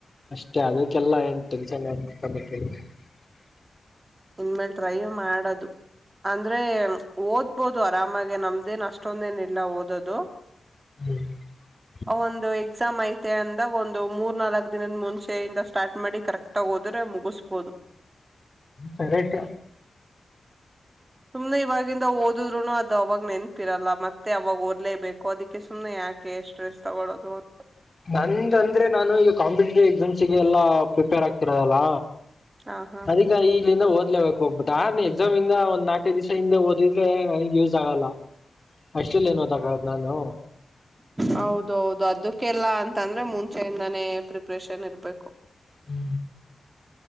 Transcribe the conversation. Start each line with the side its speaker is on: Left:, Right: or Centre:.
Left: ಅಷ್ಟೇ. ಅದ- ಲ್ಲ ಏನ್ ಟೆನ್ನ್ ಆಗ <unintelligible>
Right: ಇನ್ನಮೇಲೆ ಟ್ರಯ್ ಮಾಡದು ಅಂದ್ರೆ ಓದ್ ಓದಬಹುದು ಆರಾಮಾಗಿ ನಮ್ದೇನ್ ಅಷ್ಟೊಂದೇನ ಇಲ್ಲ ಓದದು
Left: ಹೂ <unintelligible>
Right: ಒಂದು ಎಕ್ಸಾಮ್ ಐತೆ ಅಂದ ಒಂದು ಮೂರ್ನಾಲ್ಕ್ ದಿನದ ಮುಂಚೆಯ ಇಂದ ಸ್ಟಾರ್ಟ್ ಮಾಡಿ ಕರೆಕ್ಟ್ ಆಗ ಓದಿದ್ರೆ ಮುಗಿಸಬೋದು
Left: ಕರೆಕ್ಟ
Right: ಸುಮ್ನೆ ಇವಾಗಿಂದ ಓದದ್ರುನು ಅದು ಅವಾಗ ನೆನ್ಪಿರಲ್ಲ ಮತ್ತೆ ಅವಾಗ ಓದಲೇ ಬೇಕು ಅದಕ್ಕೆ ಸುಮ್ನೆ ಯಾಕೆ ಸ್ಟ್ರೆಸ್ ತಗಳೋದು ಅಂತ
Left: ನಂದ ಅಂದ್ರೆ ನಾನು ಈಗ ಕಾಂಪಿಟೇಟಿವ್ ಎಕ್ಸಾಮ್ಸ್ಸಗೆ ಎಲ್ಲಾ ಪ್ರಿಪೇರ್ ಆಗ್ತಿರೋದಲ್ಲ
Right: ಹ ಹಾ
Left: ಅದಕ್ಕೆ ಇಲ್ಲಿಂದ ಓದ್ಲೇಬೇಕು ಒಬ್ಬ ದಾ ಎಕ್ಸಾಮ್ಂದ ಒಂದ್ ನಾಲ್ಕೈ ದಿವಸ ಹಿಂದ ಓದಿದ್ರೆ ನನಗ್ ಯೂಸ್ ಆಗಲ್ಲ ಅಷ್ಟಲ್ಲಿ ಏನ್ ಓದಕ ಆಗುತ್ತೆ ನಾನು
Right: ಹೌದೌದು ಅದಕ್ಕೆಲ್ಲ ಅಂತಂದ್ರೆ ಮುಂಚೆಯಿಂದಾನೇ ಪ್ರಿಪ್ರೇಷನ್ ಇರ್ಬೇಕು
Left: ಹು